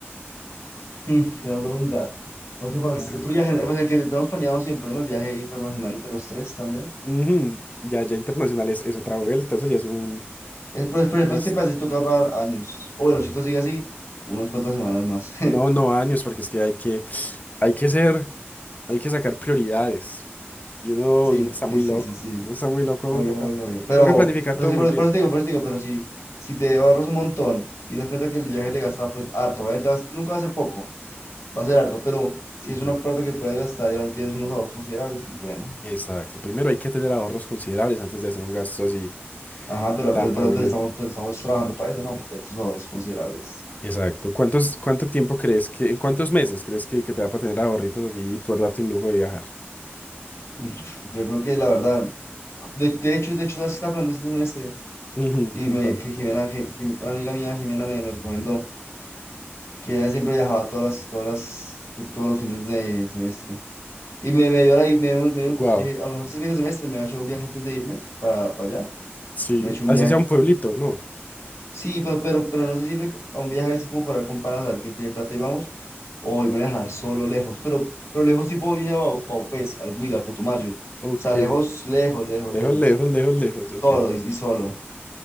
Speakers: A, on the left; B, on the left.
A: <laughs> Mm, Gran pregunta. Otro, pars-
B: Ajá.
A: otro viaje, pues el que tenemos planeado siempre, ¿no? El viaje internacional entre los tres también.
B: Ujú, Ya, ya internacional es, es otra vuelta. Eso ya es un...
A: Es, pues, pues,
B: un
A: pues,
B: gasto.
A: que pasa si toca ahorrar años. O bueno, si esto sigue así, unas cuantas semanas más. <laughs>
B: No, no años, porque es que hay que, hay que ser. hay que sacar prioridades. Y uno,
A: Sí,
B: y uno está
A: sí,
B: muy
A: sí,
B: loco.
A: sí, sí.
B: Uno está muy loco aún,
A: Obvio,
B: toca,
A: obvio, obvio. Pero,
B: toca planificar
A: pero
B: todo
A: sí,
B: muy
A: por,
B: bien.
A: por eso te digo, por eso te digo, pero si, si te ahorras un montón y das cuenta que el viaje te gasta, pues harto, obviamente vas- nunca va a ser poco, va a ser harto, pero si
B: Ujú,
A: es una plata que puedes gastar y aún tienes unos ahorros considerables, pues bueno.
B: Exacto. Primero hay que tener ahorros considerables antes de hacer un gasto así
A: Ajá, pero
B: no tan
A: pues, pero,
B: prominente.
A: pues, estamos, pero estamos trabajando para eso, ¿no? Para tener esos ahorros considerables.
B: Exacto. ¿Cuántos, cuánto tiempo crees que, en cuántos meses crees que, que te va para tener ahorritos allí y poder darte un lujo de viajar?
A: Mm, Yo creo que la verdad, de, de hecho, de hecho, las está hablando este semestre
B: Ujú,
A: y
B: contame.
A: me, que Jimena, Ge- Jim- una amiga mía, Jimena, me, me recomendó que ella siempre viajaba todas las, todas las, de- todos los fines de semestre. Y me, me dio la, me, dio- me dio
B: Wow.
A: un gusto, yo dije, a lo mejor este fin de semestre me voy a echar un viaje antes de irme para, para allá,
B: Sí.
A: me he hecho un
B: Así
A: viaje.
B: sea un pueblito, ¿no?
A: Sí, pero, pero, pero no se sirve a un viaje así como para con panas, a ver quién tiene plata y vamos, o irme a viajar solo lejos, pero, pero lejos tipo Villa Bau- Baupés, al Huila, Putumayo, o
B: Ok.
A: sea, lejos, lejos, lejos,
B: Lejos,
A: lejos,
B: lejos, lejos, lejos. Ok.
A: solo y y solo.